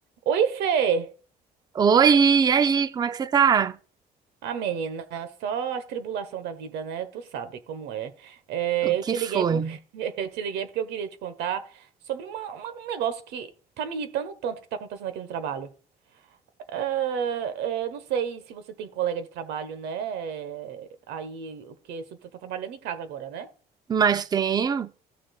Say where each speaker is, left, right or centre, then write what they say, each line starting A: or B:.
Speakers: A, on the right; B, on the right.
A: Oi, Fê!
B: Oi, e aí, como é que você tá?
A: Ah, menina, só as tribulação da vida, né? Tu sabe como é. É,
B: O que
A: eu te
B: foi?
A: liguei porque <laughs> eu te liguei porque eu queria te contar sobre uma- uma- um negócio que tá me irritando tanto que tá acontecendo aqui no trabalho. É, é, não sei se você tem colega de trabalho, né? É, Aí, porque você tá tá trabalhando em casa agora, né?
B: Mas tenho,